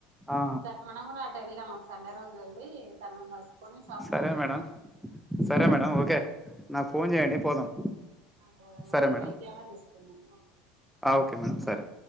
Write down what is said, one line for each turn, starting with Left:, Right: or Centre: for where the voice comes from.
Centre: ఆ
Right: దాని మనం గూడా అటూ వెళ్దాం ఒక సండే రోజు వెళ్ళి తనని గలుసుకొని షాపింగ్
Centre: సరే
Right: చేద్దాం
Centre: మేడం
Right: అంతే
Centre: సరే
Right: అంటారు
Centre: మేడం
Right: కదా
Centre: ఓకే నాకు ఫోన్ జేయండి పోదాం
Right: పోదాం
Centre: సరే
Right: ఏదైనా
Centre: మేడం
Right: వెహికల్ అన్నా తీసుకుందాం
Centre: ఆ ఓకే మేడం సరే